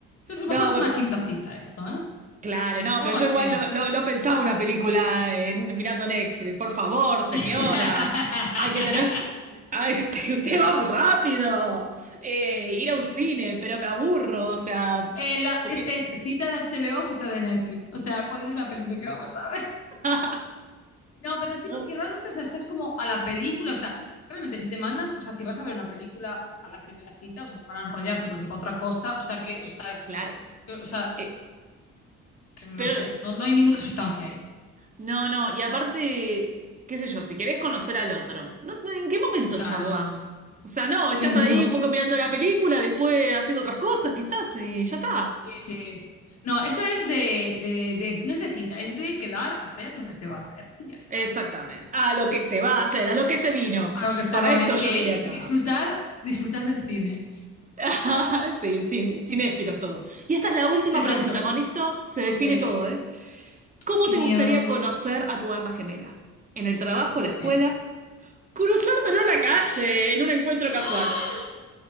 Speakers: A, on the left; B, on the right.
A: a lo
B: No,
A: mejor es una quinta cita eso, ¿eh?
B: Claro, no,
A: Algo
B: pero yo
A: así.
B: igual no, no- no pensaba una película en- mirando Netflix. Por favor, señora.
A: <laughs>
B: Hay que tener. Ay, <laughs> usted, usted va muy rápido. Eh, ir a un cine, pero me aburro. O sea,
A: Eh, la-
B: porque.
A: es, es cita de HBO, cita de Netflix. O sea, ¿cuál es la película que vamos a ver?
B: <laughs>
A: No, pero sí,
B: Bu-
A: porque realmente, o sea, estás como a la película, o sea, realmente si te mandan, o sea, si vas a ver una película a la primera cita, o sea, es para enrollarte, porque para otra cosa, o sea, que estás,
B: Claro.
A: que- o sea,
B: Eh,
A: que no
B: pero,
A: sé, no, no hay ninguna sustancia ahí.
B: no, no, y aparte, qué sé yo, si querés conocer al otro, ¿no? no, ¿En qué momento
A: Claro,
B: charlas? O sea, no, estás
A: ninguno.
B: ahí un poco mirando la película, después haciendo otras cosas, quizás, y ya está.
A: Sí, sí. No, eso es de, de, de- no es de cita, es de quedar, hacer lo que se va a hacer y ya está.
B: Exactamente. A lo que se va a hacer, a lo que se vino.
A: A lo que se
B: Para
A: va
B: esto
A: a ver, que
B: yo vine
A: es
B: acá.
A: disfrutar, disfrutar del cine.
B: <laughs> Sí, sin, cinéfilos todo. Y esta es la última
A: Exacto.
B: pregunta. Con esto se define
A: Ok.
B: todo, ¿eh? ¿Cómo
A: Qué
B: te
A: miedo.
B: gustaría conocer a tu alma gemela? ¿En el trabajo, la
A: Ok.
B: escuela? ¿Cruzármelo en la calle, en un encuentro casual?
A: ¡Ah!